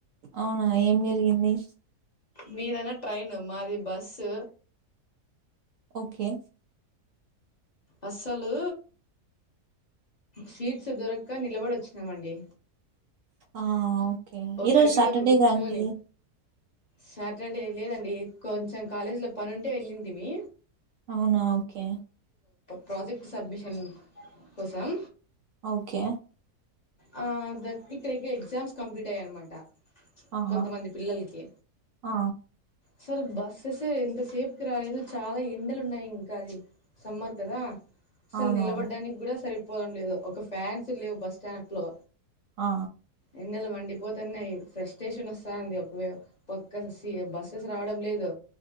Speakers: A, on the right; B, on the left.
A: అవునా ఏం జరిగింది
B: మీదన్న ట్రైన్ మాది బస్సు
A: ఓకే
B: అసలు సీట్స్ దొరక్క నిలబడి వచ్చినామండి
A: ఆఆ
B: ఒకరి
A: ఈ రోజు
B: మీద
A: సాటర్డే
B: ఒకరు కూర్చొని
A: గా అండి
B: సాటర్డే లేదండి కొంచెం కాలేజీలో పని ఉంటే వెళ్ళింది మీ
A: అవునా ఓకే
B: ప్రాజెక్ట్ సబ్మిషన్ కోసం
A: ఓకే
B: ఆ ద ఇక్కడకి ఎక్సామ్స్ కంప్లీట్ ఉంటాయి అన్నమాట
A: ఆహా
B: కొంతమంది పిల్లలకి
A: ఆ
B: అసలు బస్సెస్ ఎంతసేపుకిి రాలేదు చాలా ఎండలు ఉన్నాయి ఇంకా అది సమ్మార్ కదా అసలు
A: అవునవును
B: నిలబడ్డానికి కూడా సరి పోవడం లేదు ఒక ఫ్యాన్స్ లేవు బస్ స్టాండ్ లో
A: ఆ
B: ఎన్నెల వండి పోతున్నాయి ఫ్రస్ట్రేషన్ వస్తావుంది ఒక పక్క బస్సెస్ రావడం లేదు